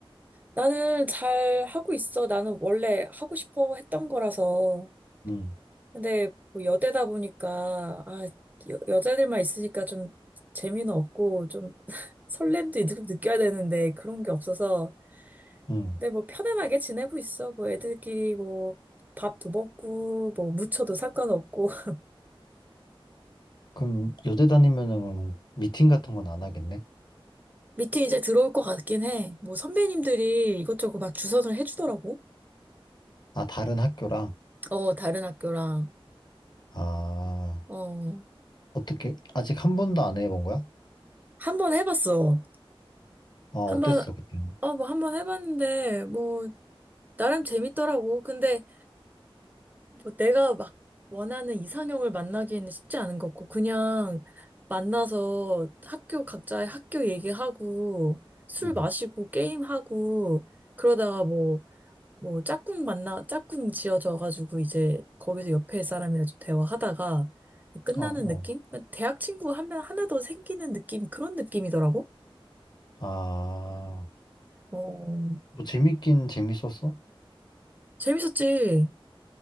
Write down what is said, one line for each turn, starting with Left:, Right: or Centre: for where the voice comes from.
Right: 나는 잘 하고 있어. 나는 원래 하고 싶어 했던 거라서.
Left: 응,
Right: 근데 뭐 여대다 보니까 아 여, 여자들만 있으니까 좀 재미는 없고 좀 <laughs> 설렘도 좀 느껴야 되는데 그런 게 없어서
Left: 응.
Right: 근데 뭐 편안하게 지내고 있어 뭐 애들끼리 뭐 밥도 먹고 뭐 무쳐도 상관없고 <laughs>
Left: 그럼, 여대 다니면은, 그럼 미팅 같은 건 안 하겠네?
Right: 미팅 이제 들어올 것 같긴 해 뭐 선배님들이 이것저것 막 주선을 해주더라고
Left: 아, 다른 학교랑?
Right: 어 다른 학교랑
Left: 아,
Right: 어
Left: 어떻게, 아직 한 번도 안 해본 거야?
Right: 한 번 해봤어
Left: 아,
Right: 한
Left: 어땠어,
Right: 번
Left: 그때는?
Right: 어 뭐 한 번 해봤는데 뭐 나름 재밌더라고 근데 뭐 내가 막 원하는 이상형을 만나기에는 쉽지 않은 것 같고, 그냥 만나서 학교 각자의 학교 얘기하고, 술
Left: 응,
Right: 마시고, 게임하고, 그러다가 뭐, 뭐 짝꿍 만나, 짝꿍 지어져가지고 이제 거기서 옆에 사람이랑 좀 대화하다가 끝나는
Left: 어, 어.
Right: 느낌? 대학 친구 한 명 하나 더 생기는 느낌, 그런 느낌이더라고?
Left: 아,
Right: 어,
Left: 뭐 재밌긴 재밌었어?
Right: 재밌었지.